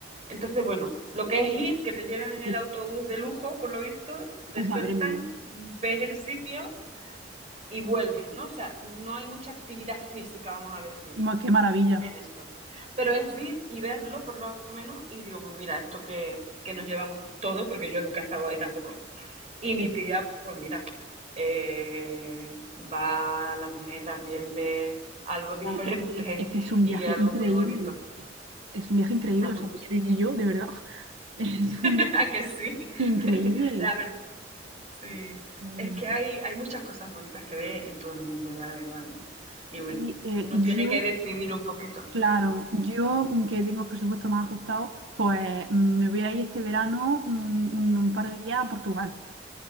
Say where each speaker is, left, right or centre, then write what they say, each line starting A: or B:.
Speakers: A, on the right (about 35°); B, on the right (about 85°).
A: Entonces, bueno, lo que es ir, que te llevan en el
B: Sí.
A: autobús de lujo, por lo visto, te
B: Oh,
A: sueltan,
B: madre mía.
A: ves el sitio y vuelves, ¿no? O sea, no hay mucha actividad física, vamos a decir,
B: Ma- Qué maravilla.
A: en esto. Pero es ir y verlo, por lo menos, y digo, pues mira, esto que, que nos llevamos todos, porque yo nunca he estado ahí tampoco, y mi
B: Sí, sí.
A: tía, pues mira, eh, va a la mujer también ver algo diferente
B: No, es que, es que
A: <laughs>
B: es un
A: y
B: viaje
A: algo
B: increíble.
A: muy bonito.
B: Es un viaje increíble.
A: Está muy...
B: O sea, me quiero ir yo, de verdad. <laughs> Es
A: <laughs>
B: un viaje
A: ¿A que sí? <laughs>
B: increíble.
A: La verdad, sí.
B: Mm,
A: Es que hay, hay muchas cosas bonitas que ve en todo el mundo, la verdad, ¿no? Y
B: Sí,
A: bueno,
B: eh,
A: uno
B: yo,
A: tiene que decidir un poquito.
B: claro, yo mm, que tengo el presupuesto más ajustado, pues mm, me voy a ir este verano mm, un, un par de días a Portugal.